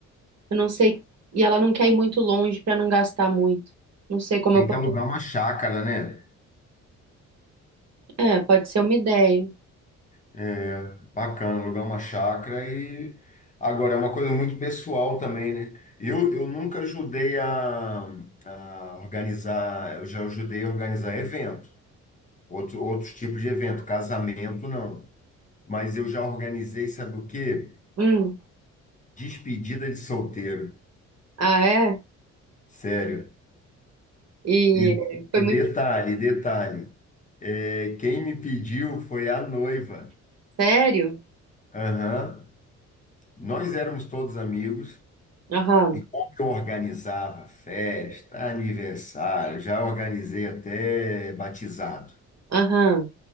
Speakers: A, on the right (about 55°); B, on the left (about 25°).
A: Eu não sei. E ela não quer ir muito longe para não gastar muito. Não sei como
B: Tem
A: eu poderia.
B: que alugar uma chácara, né?
A: É, pode ser uma ideia.
B: É, bacana, alugar uma chácara e agora é uma coisa muito pessoal também, né? Eu, eu nunca ajudei a, a organizar, eu já ajudei a organizar evento, outro, outros tipos de evento, casamento não. Mas eu já organizei, sabe o quê?
A: Hum.
B: Despedida de solteiro.
A: Ah, é?
B: Sério.
A: E
B: E,
A: foi
B: e
A: muito.
B: detalhe, detalhe, é, quem me pediu foi a noiva.
A: Sério?
B: Aham. Nós éramos todos amigos
A: Aham,
B: e como eu organizava festa, aniversário, já organizei até batizado,
A: aham,